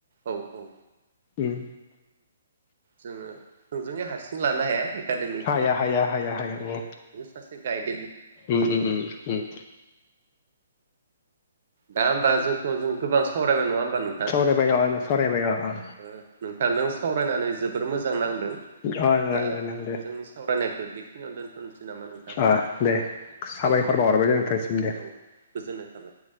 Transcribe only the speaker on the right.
औ औ
जोङो नोंजोंनो हारसिं लानो हाया एकाडेमिक
गाइद
दा होमबा जोंथ' जों गोबां सावरायबाय नङा होमबा नोंथां
ओ नोंथांजों सावरायनानै जोबोर मोजां नां दा
जोंनि सावरायनायखौ बेखिनियाव दोनथ'नोसै नामा नोंथां
औ दे
औ गोजोननाय थाबाय